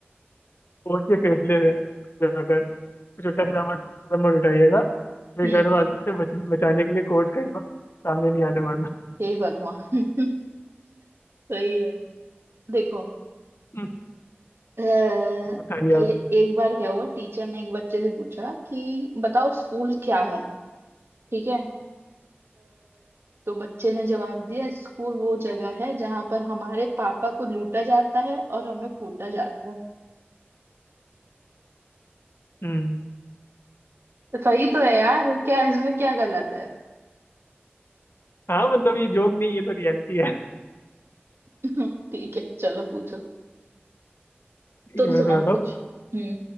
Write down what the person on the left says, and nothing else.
कोर्ट के फैसले से खुश होकर कुछ उल्टा सीधा मत कदम मत उठाइएगा फिर
घर वाली से बच, बचाने के लिए कोर्ट का ही सामने नहीं आने वाला
हम्म,
बताइए
आप
हम्म
हाँ मतलब ये जोक नहीं ये तो रियलिटी है
ठीक
है मैं
सुनाता हूँ